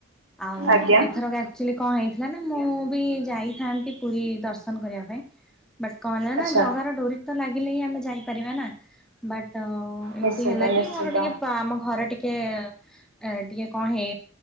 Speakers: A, in the centre; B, on the right.
A: ଆଉ
B: ଆଜ୍ଞା
A: ଏଥର କା ଆକ୍ଚୁଲି କଣ ହେଇଥିଲା ନା ମୁଁ ବି ଯାଇଥାନ୍ତି ପୁରୀ ଦର୍ଶନ କରିବା ପାଇଁ ବଟ୍ କଣ ହେଲା
B: ଆଚ୍ଛା
A: ନା, ଜଗାର ଡୋରି ତ ଲାଗିଲେ ହିଁ ଆମେ ଯାଇପାରିବା ନା। ବଟ୍ ଏମତି
B: ନିଶ୍ଚିନ୍ତ
A: ହେଲା
B: ନିଶ୍ଚିନ୍ତ।
A: କି ମୋର ଟିକେ ପା ଆମ ଘର ଟିକେ ଅ ଟିକେ କଣ ହେଇ